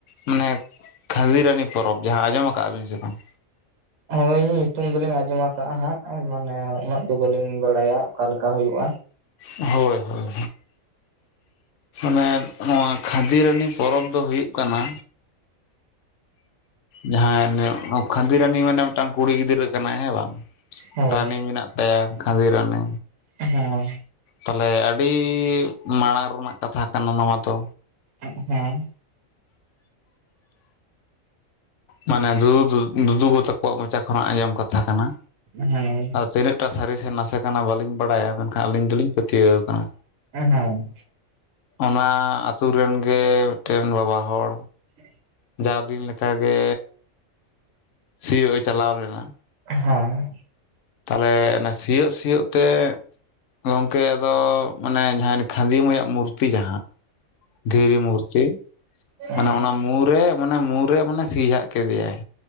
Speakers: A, on the left; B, on the right.
A: ᱢᱟᱱᱮ ᱠᱷᱟᱹᱫᱤᱨᱟᱱᱤ ᱯᱚᱨᱚᱵᱽ ᱡᱟᱦᱟ ᱟᱡᱚᱢ ᱟᱠᱟᱜ ᱟᱵᱤᱱ ᱥᱮ ᱵᱟᱝ?
B: ᱦᱳᱭ ᱧᱩᱛᱩᱢ ᱫᱚᱞᱤᱧ ᱟᱸᱡᱚᱢ ᱟᱠᱟ ᱦᱟᱸᱜ ᱢᱟᱱᱮ ᱩᱱᱟᱹᱜ ᱫᱚ ᱵᱟᱹᱞᱤᱧ ᱵᱟᱲᱟᱭᱟ ᱚᱠᱟᱞᱮᱠᱟ ᱦᱩᱭᱩᱜᱼᱟ?
A: ᱦᱳᱭ ᱦᱳᱭ ᱦᱳᱭ᱾ ᱢᱟᱱᱮ ᱱᱚᱣᱟ ᱠᱷᱟᱸᱫᱤᱨᱟᱱᱤ ᱯᱚᱨᱚᱵᱽ ᱫᱚ ᱦᱩᱭᱩᱜ ᱠᱟᱱᱟ᱾ ᱡᱟᱦᱟᱭ ᱠᱷᱟᱸᱫᱤ ᱨᱟᱱᱤ ᱢᱟᱱᱮ ᱢᱤᱫᱴᱟᱝ ᱠᱩᱲᱤ ᱜᱤᱫᱽᱨᱟᱹ ᱠᱟᱱᱟᱭ᱾ ᱦᱮᱸ ᱵᱟᱝ
B: ᱦᱳᱭ
A: ᱨᱟᱱᱤ ᱢᱮᱱᱟᱜ ᱛᱟᱭᱟ ᱠᱷᱟᱸᱫᱤ ᱨᱟᱱᱤ᱾
B: ᱦᱮᱸ᱾
A: ᱛᱟᱞᱦᱮ ᱟᱹᱰᱤ ᱢᱟᱲᱟᱝ ᱨᱮᱱᱟᱜ ᱠᱟᱛᱷᱟ ᱠᱟᱱᱟ ᱱᱚᱣᱟ ᱫᱚ᱾
B: ᱮᱜ ᱦᱮᱸ᱾
A: ᱢᱟᱱᱮ ᱫᱩ ᱫᱩᱫᱩᱜᱚ ᱛᱟᱠᱚᱣᱟᱜ ᱢᱚᱪᱟ ᱠᱷᱚᱱᱟᱜ ᱟᱸᱡᱚᱢ ᱠᱟᱛᱷᱟ ᱠᱟᱱᱟ᱾
B: ᱦᱮᱸ᱾
A: ᱟᱨ ᱛᱤᱱᱟᱹᱜ ᱴᱟ ᱥᱟᱨᱤ ᱥᱮ ᱱᱟᱥᱮ ᱠᱟᱱᱟ ᱵᱟᱞᱤᱧ ᱵᱟᱲᱟᱭᱟ᱾ ᱢᱮᱱᱠᱷᱟᱱ ᱟᱹᱞᱤᱧ ᱫᱚᱞᱤᱧ ᱯᱟᱹᱛᱭᱟᱹᱣ ᱠᱟᱱᱟ᱾
B: ᱦᱮᱸ ᱦᱮᱸ᱾
A: ᱚᱱᱟ ᱟᱛᱩ ᱨᱮᱱ ᱜᱮ ᱢᱤᱫᱴᱮᱱ ᱵᱟᱵᱟ ᱦᱚᱲ
B: <unintelligible>
A: ᱡᱟᱣ ᱫᱤᱱ ᱞᱮᱠᱟᱜᱮ ᱥᱤᱭᱳᱜ ᱮ ᱪᱟᱞᱟᱣ ᱞᱮᱱᱟ᱾
B: ᱦᱮᱸ᱾
A: ᱛᱟᱞᱦᱮ ᱥᱤᱭᱳᱜ ᱥᱤᱭᱳᱜ ᱛᱮ ᱜᱚᱝᱠᱮ ᱟᱫᱚ ᱢᱟᱱᱮ ᱡᱟᱦᱟᱭ ᱩᱱᱤ ᱠᱷᱟᱸᱫᱤ ᱢᱟᱹᱭ ᱟᱜ ᱢᱩᱨᱛᱤ ᱡᱟᱦᱟ ᱫᱷᱤᱨᱤ ᱢᱩᱨᱛᱤ
B: ᱦᱮᱸ
A: ᱢᱟᱱᱮ ᱚᱱᱟ ᱢᱩᱨᱮ ᱢᱟᱱᱮ ᱢᱩᱨᱮ ᱢᱟᱱᱮ ᱥᱤ ᱡᱷᱟᱜ ᱠᱮᱫᱮᱭᱟᱭ